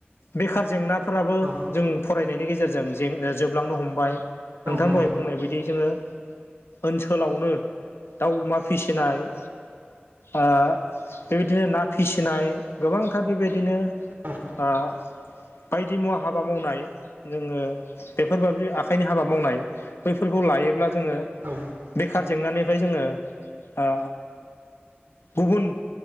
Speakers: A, on the left; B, on the right.
A: बेखार जेंनाफोराबो
B: औ
A: जों फरायनायनि गेजेरजों जोबलांनो हमबाय नोंथां
B: औ नंगौ
A: दहाय बुंनाय बायदि जोङो ओनसोलावनो दाउ अमा फिसिनाय ओ बेबायदिनो ना फिसिनाय गोबांथार बेबायदिनो
B: औ
A: ओ बायदि मुवा हाबा मावनाय जोङो बेफोरबादि आखाइनि हाबा मावनाय बैफोरखौ लायोब्ला जोङो
B: औ
A: बेखार जेंनानिफ्राय जोङो ओ गुबुन